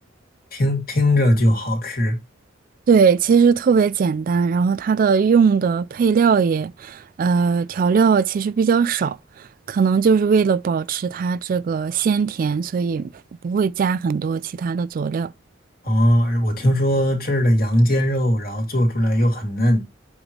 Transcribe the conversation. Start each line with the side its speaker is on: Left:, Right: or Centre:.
Left: 听听着就好吃
Right: 对，其实特别简单，然后它的用的配料也，呃，调料其实比较少，可能就是为了保持它这个鲜甜，所以不会加很多其他的佐料。
Left: 啊！我听说这儿的羊肩肉，然后做出来又很嫩。